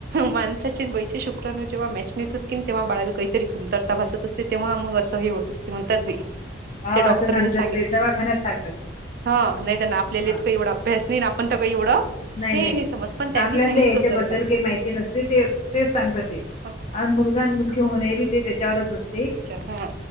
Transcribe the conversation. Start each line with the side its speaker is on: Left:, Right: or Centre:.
Right: माणसाचे बाईचे शुक्रनो जेव्हा मॅच नेतात कि तेव्हा बाळाला काहीतरी कमतरता भासत असते. तेव्हा मग असं ह होत असते म्हणतात बी
Left: हां,
Right: ते डॉक्टरी
Left: असं सांगतात
Right: सांगे
Left: ते दवाखान्यात सांगतात ते.
Right: हा नाही तर आपलेले
Left: हां.
Right: काही एवढा भेसनीन आपण तेवड एवढं
Left: नाही
Right: हे
Left: नाही
Right: समज पण त्यांनी
Left: आपल्याला
Right: सांगितलं
Left: याच्याबद्दल
Right: होतं असं
Left: काही माहिती नसते ते तेच सांगतात ते.
Right: हा, हा, हा.
Left: आणि मुलगा मुलगी होणे बी ते त्याच्यावरच असते.
Right: हा